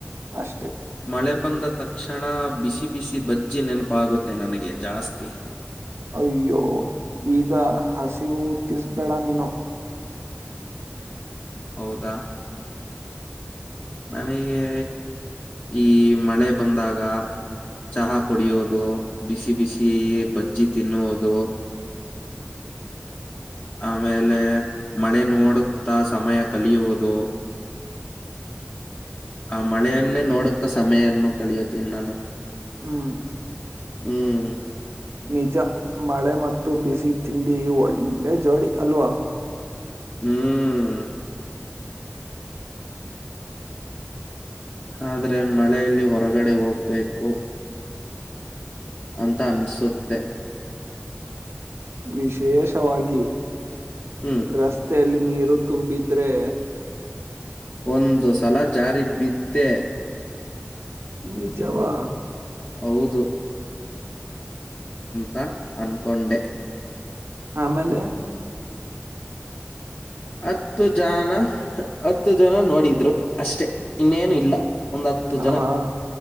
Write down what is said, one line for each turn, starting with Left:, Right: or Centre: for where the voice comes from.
Right: ಅಷ್ಟೆ.
Left: ಮಳೆ ಬಂದ ತಕ್ಷಣ ಬಿಸಿ ಬಿಸಿ ಬಜ್ಜಿ ನೆನಪ ಆಗುತ್ತೆ ನನಗೆ ಜಾಸ್ತಿ
Right: ಅಯ್ಯೋ ಈಗ ಹಸಿವು ಹುಟ್ಟಿಸ್ಬೇಡ ನೀನು
Left: ಹೌದಾ ನನಗೆ ಈ ಮಳೆ ಬಂದಾಗ ಚಹಾ ಕುಡಿಯೋದು ಬಿಸಿ ಬಿಸಿ ಬಜ್ಜಿ ತಿನ್ನುವುದು ಆಮೇಲೆ ಮಳೆ ನೋಡುತ್ತಾ ಸಮಯ ಕಲಿಯುವುದು ಆ ಮಳೆಯನ್ನೇ ನೋಡುತ್ತ ಸಮಯನ್ನ ಕಳಿಯುತ್ತೀನಿ ನಾನು
Right: ಹ್ಮ್
Left: ಹ್ಮ್
Right: ನಿಜ ಮಳೆ ಮತ್ತು ಬಿಸಿ ತಿಂಡಿ ಒಳ್ಳೆ ಜೋಡಿ ಅಲ್ವಾ
Left: ಹ್ಮ್ ಆದ್ರೆ ಮಳೆಯಲ್ಲಿ ಹೊರಗಡೆ ಹೋಗ್ಬೇಕು ಅಂತ ಅನ್ಸುತ್ತೆ
Right: ವಿಶೇಷವಾಗಿ
Left: ಹ್ಮ್.
Right: ರಷ್ಟತೆ ೆಯಲ್ಲಿ ನೀರು ತುಂಬಿದ್ರೆ
Left: ಒಂದು ಸಲ ಜಾರಿ ಬಿದ್ದೆ
Right: ನಿಜವಾ
Left: ಹೌದು ತ ಅನ್ಕೊಂಡೆ
Right: ಆಮೇಲೆ
Left: ಹತ್ತು ಜನ ಹತ್ತು ಜನ ನೋಡಿದ್ರು ಅಷ್ಟೆ ಇನ್ನೇನು ಇಲ್ಲ. ಒಂದ್ ಹತ್ತು ಜನ
Right: ಆಹಾ